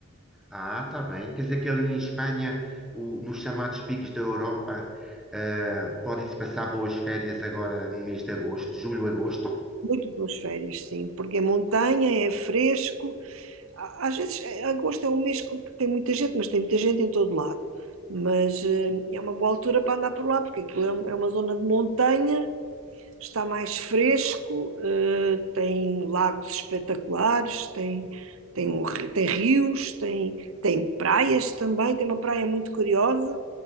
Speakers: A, in the centre; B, on the right.
A: Ah, tá bem. Quer dizer que ali em Espanha, o- nos chamados picos da Europa, eh, podem-se passar boas férias agora no mês de agosto, julho, agosto?
B: Muito boas férias, sim, porque é montanha, é fresco. Á- Às vezes, eh, agosto é um mês com que tem muita gente, mas tem muita gente em todo lado. Mas eh, é uma boa altura para andar por lá, porque aquilo é um- é uma zona de montanha está mais fresco, eh, tem lagos espetaculares, tem, tem, um tem rios, tem, tem praias também. Tem uma praia muito curiosa,